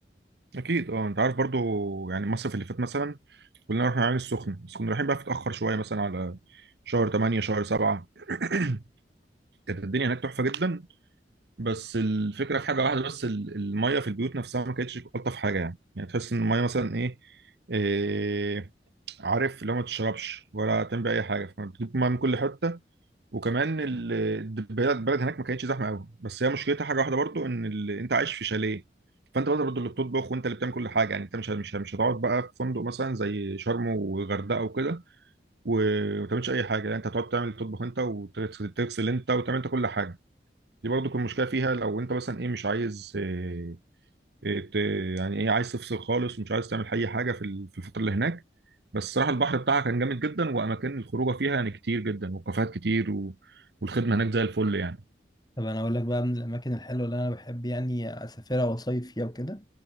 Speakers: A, on the right (about 65°); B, on the left (about 20°).
A: اكيد اه انت عارف برضو يعني مصر في اللي فات مثلا كلنا رحنا العين السخنه بس كنا رايحين بقى في اتاخر شويه مثلا على شهر 8 شهر 7 <clears throat> كانت الدنيا هناك تحفه جدا بس الفكره في حاجه واحده بس ال- الميه في البيوت نفسها ما كانتش الطف حاجه يعني يعني تحس ان الميه مثلا ايه إيه، عارف لو ما تشربش ولا تعمل اي حاجه فبتجيب ميه من كل حته وكمان ال- البلد البلد هناك ما كانتش زحمه قوي بس هي مشكلتها حاجه واحده برضو ان ال... انت عايش في شاليه فانت برضه برضه اللي بتطبخ وانت اللي بتعمل كل حاجه يعني انت مش مش مش هتقعد بقى في فندق مثلا زي شرم وغردقه وكده و- وما تعملش اي حاجه يعني انت هتقعد تعمل تطبخ انت وتغسل تغسل انت وتعمل انت كل حاجه دي برضه كل مشكله فيها لو انت مثلا ايه مش عايز آه، إيه، ت- يعني ايه عايز تفصل خالص ومش عايز تعمل اي حاجه في ال- في الفتره اللي هناك بس الصراحه البحر بتاعها كان جامد جدا واماكن الخروجه فيها يعني كتير جدا وكافيهات كتير و... والخدمه هناك زي الفل يعني
B: طب انا اقول لك بقى من الاماكن الحلوه اللي انا بحب يعني اسافرها واصيف فيها وكده